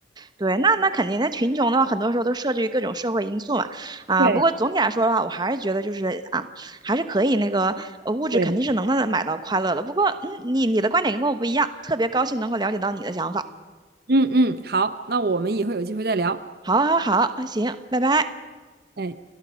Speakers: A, on the right (about 25°); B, on the right (about 55°).
A: 对，那那肯定那贫穷的话，很多时候都设置于各种社会因素嘛。啊，
B: 对
A: 不过总体来说的话，我还是觉得就是啊，还是可以那个呃物质肯定是能能买到快乐的。
B: 对，
A: 不过嗯，你你的观点跟我不一样，特别高兴能够了解到你的想法。
B: 嗯嗯，好，那我们以后有机会再聊。
A: 好，好，好，行，拜拜。
B: 哎。